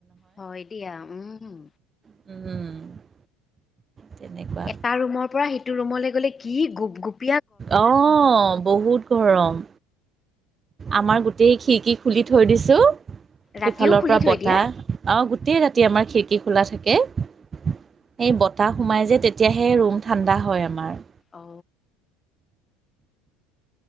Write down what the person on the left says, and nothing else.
হয় দিয়া উম হম।
এটা ৰুমৰ পৰা সেইটো ৰুমলৈ গ'লে কি গুপ গুপ
ৰাতিও খুলি
থৈ
দিয়া
অ